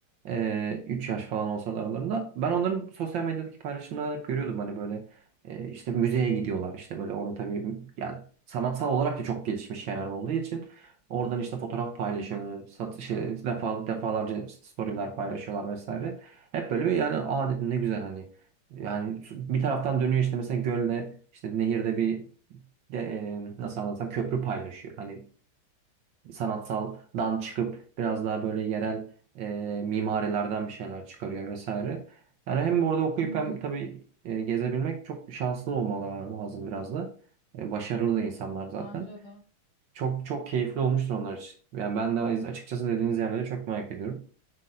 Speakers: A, on the right; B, on the left.
A: Ee, 3 yaş falan olsa da aralarında. Ben onların sosyal medyadaki paylaşımlarını hep görüyordum. Hani böyle e, işte müzeye gidiyorlar. işte böyle orada tabii yani sanatsal olarak da çok gelişmiş şeyler olduğu için oradan işte fotoğraf paylaşıyorlar.
B: Hı hı.
A: Satış, şey, defa, defalarca işte storyler paylaşıyorlar vesaire. Hep böyle bir yani aa dedim ne güzel hani. Yani bir taraftan dönüyor işte mesela gölde işte nehirde bir de, e, nasıl anlatsam köprü paylaşıyor. Hani sanatsaldan çıkıp biraz daha böyle yerel e, mimarilerden bir şeyler çıkarıyor vesaire. Yani hem orada okuyup
B: Hı hı.
A: hem tabii e, gezebilmek çok şanslı olmaları lazım biraz da. E, başarılı da insanlar zaten.
B: Bence de.
A: Çok çok keyifli olmuştur onlar için. Yani ben de açıkçası dediğiniz yerleri çok merak ediyorum.